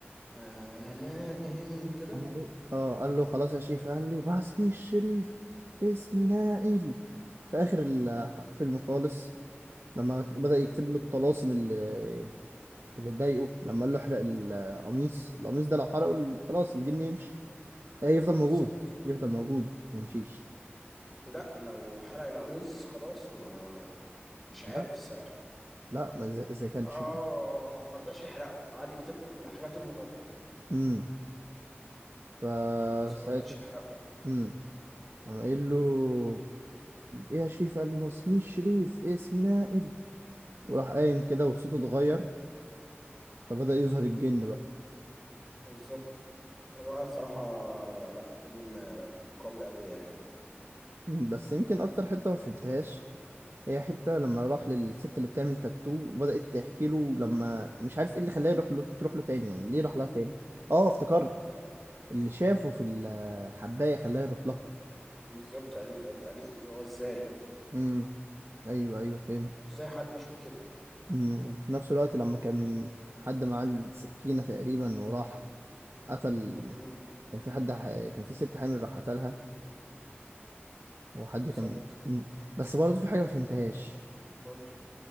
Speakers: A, in the centre; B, on the right (about 70°).
A: آه أنا ناقل كده
B: أنا إيه؟ اه قال له خلاص يا شريف قال لي بس مش شريف اسمي نائل في آخر الفيلم خالص لما بدأ يكتب
A: مم،
B: له الطلاسم اللي اللي اتضايقه لما قال له احرق القميص القميص ده لو حرقه ال- خلاص الجن يمشي إيه، يفضل
A: بالظبط
B: موجود يفضل موجود ما يمشيش
A: لا لو حرق القميص خلاص ما مش عارف
B: لا
A: الصراحة
B: لا ما إذا إذا كان
A: اه آه،
B: شريف
A: آه، آه، مرضاش يحرقه قعد يكتب له الحاجات المضادة
B: امم فساعتها
A: بس ما رضيش يحرقه
B: امم قام قايل له ايه يا شريف قال له ما اسميش شريف إيه اسمي نائل وراح قايم كده وصوته اتغير فبدأ يظهر الجن بقى
A: بالظبط هو الصراحة لا فيلم قوي قوي يعني
B: مم، بس يمكن اكتر حتة ما فهمتهاش هي حتة لما راح للست اللي بتعمل تاتو وبدأت تحكي له لما مش عارف ايه اللي خلاه يروح له تروح له تاني يعني ليه راح لها تاني اه افتكرت اللي شافه في الحباية خلاه يروح لها
A: بالظبط قال- فقالت لي اللي هو ازاي
B: امم ايوه ايوه فهمت
A: ازاي حد يشوف كده
B: امم وفي نفس الوقت لما كان حد معاه السكينة تقريبا وراح قتل
A: امم
B: كان في حد ح... كان في ست حامل راح قتلها وحد
A: بالظبط
B: كان مم. بس برضه في حاجة ما فهمتهاش
A: قول لي